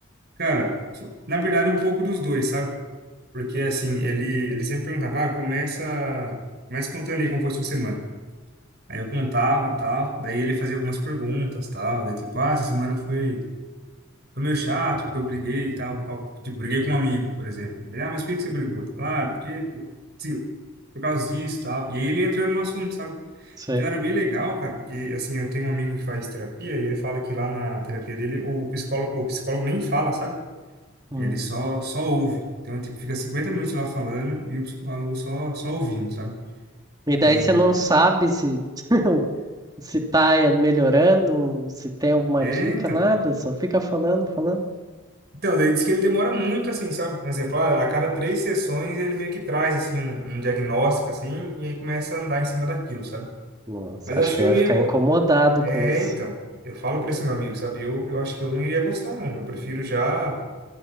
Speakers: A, on the right; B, on the right.
A: Cara, fo- na verdade, um pouco dos dois, sabe? Porque, assim, ele, ele sempre perguntava, ah, começa, começa contando aí como foi sua semana. Aí eu contava, tal, daí ele fazia algumas perguntas, tal, daí tipo, ah, essa semana foi, foi meio chato, porque eu briguei, e tal, com tal- tipo, briguei com um amigo, por exemplo. Ele, ah, mas por que que você brigou? Claro, porque, sim por causa disso, tal. E aí ele entra no assunto, sabe?
B: Sei.
A: Então era bem legal, cara, porque, assim, eu tenho um amigo que faz terapia, e ele fala que lá na terapia dele, o psicólogo, o psicólogo nem fala, sabe?
B: Hum.
A: Ele só, só ouve. Então, tipo, fica 50 minutos lá falando e o psicólogo só, só ouvindo, sabe?
B: E daí
A: E
B: você não sabe se <laughs> se tá eh, melhorando, se tem alguma
A: é,
B: dica,
A: então.
B: nada, só fica falando, falando.
A: Então, daí diz que ele demora muito, assim, sabe? Por exemplo, a a cada três sessões ele meio que traz, assim, um, um diagnóstico, assim, e aí começa a andar em cima daquilo, sabe?
B: Nossa,
A: Mas eu
B: acho
A: acho
B: que
A: que
B: eu
A: eu
B: ia
A: não ia.
B: ficar
A: go-
B: incomodado
A: É,
B: com isso.
A: então. Eu falo pra esse meu amigo, sabe? Eu, eu acho que eu não iria gostar, não. Eu prefiro já,